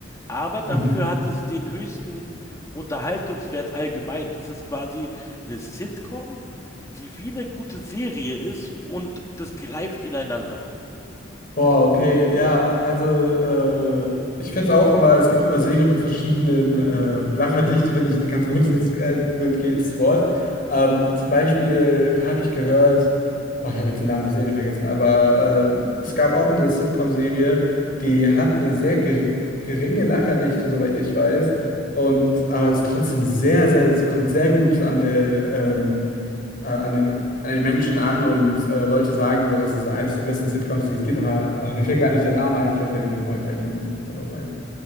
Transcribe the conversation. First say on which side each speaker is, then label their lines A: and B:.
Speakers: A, on the left; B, on the left.
A: aber dafür
B: Mhm.
A: hat es den höchsten Unterhaltungswert allgemein. Das ist quasi eine Sitcom, die wie eine gute Serie ist und das greift ineinander.
B: Boah, okay, ja, also äh, ich finde es auch immer, es gibt immer Serien mit verschiedenen äh, Lacherdichte, finde ich ein ganz gutes, äh, gutes Wort. Ähm, zum Beispiel habe ich gehört, boah, ich habe jetzt den Namen der Serie vergessen, aber äh, es gab auch eine Sitcom-Serie, die hat eine sehr ge geringe Lacherdichte, soweit ich weiß, und aber ist trotzdem sehr, sehr, kommt sehr gut an der ähm, äh, an den, an den Menschen an und äh, Leute sagen so, das ist eines der besten Sitcoms, die es gibt, aber ach, mir fällt gar nicht der Name ein, vielleicht fällt er mir nochmal gleich im Verlauf ein.